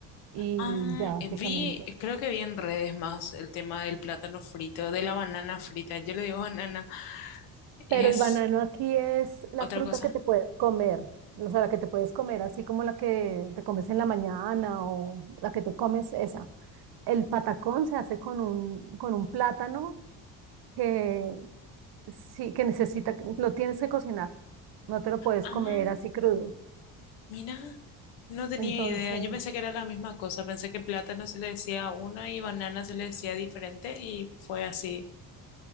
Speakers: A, on the right; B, on the left.
A: y
B: Ah,
A: ya
B: eh,
A: básicamente.
B: vi, creo que vi en redes más el tema del plátano frito, de la banana frita. Yo le digo banana,
A: Pero
B: es
A: el banano aquí es la
B: otra
A: fruta
B: cosa.
A: que te puedes comer, o sea, la que te puedes comer, así como la que te comes en la mañana o la que te comes esa. El patacón se hace con un, con un plátano que sí, que necesita, lo tienes que cocinar, no te lo puedes
B: Ah,
A: comer así crudo.
B: mira, no tenía
A: Entonces,
B: idea. Yo pensé que era la misma cosa. Pensé que plátano se le decía a uno y banana se le decía diferente y fue así.